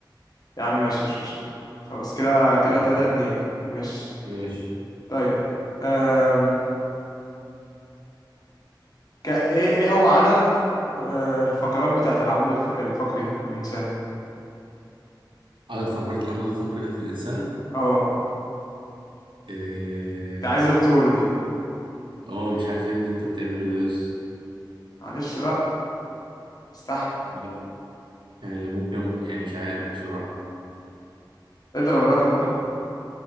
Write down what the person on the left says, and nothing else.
يا عم ماشي مش مشكلة خلاص كده كده
تلاتة اتنين ماشي
طيب أم... ك... ايه إيه هو عدد آه، الفقرات بتاعت العمود الف... الفقري للإنسان
اه
انت عايز دكتور دي
معلش بقى استحمل
اضرب رقم طب